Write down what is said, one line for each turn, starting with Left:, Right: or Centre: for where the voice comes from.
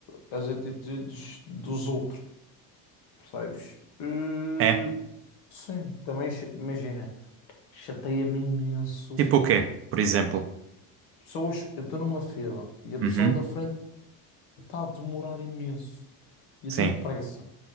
Left: as atitudes dos outros. Percebes? Eh,
Right: É?
Left: sim, também cha- imagina, chateia-me imenso.
Right: Tipo o quê, por exemplo?
Left: Pessoas, eu estou numa fila e a pessoa
Right: Uhum,
Left: da frente está a demorar imenso. E eu
Right: sim.
Left: tenho pressa.